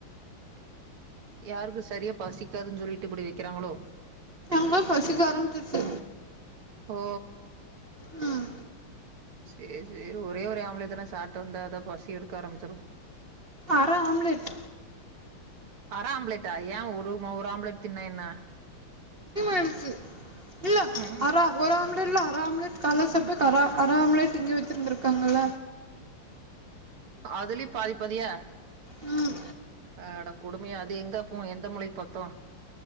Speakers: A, on the right; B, on the right.
A: யார்கு சரியப் பசிக்காதுன் ஜொல்லிட்டு இப்புடி வெக்கிறாங்களோ
B: ங்க பசிக்க ஆரமிசுருச்சி
A: ஹோ
B: ம்
A: சேரி சேரி ஒரே ஒரு ஆம்லேட்தான சாப்படு வந்த அதான் பசி எடுக்க ஆரம்பிச்சிருக்கும்
B: அர ஆம்லெட்
A: அரை ஆம்ப்லேட்டா ஏன் ஒரு ஒரு ஆம்லேட் தின்னா என்ன
B: பெருசு இல்ல
A: ம்
B: அர ஒரு ஆம்லெட் ம்லேட்ல அரை ஆம்லேட் காலசப்புக் கர அரை ஆம்லேட் இங்க வச்சிருந்திருக்காங்கள
A: அதுலயு பாதி பாதியா
B: ம்
A: அட கொடுமையே அது எங்க போ எந்த மூளைக்கு பத்தூ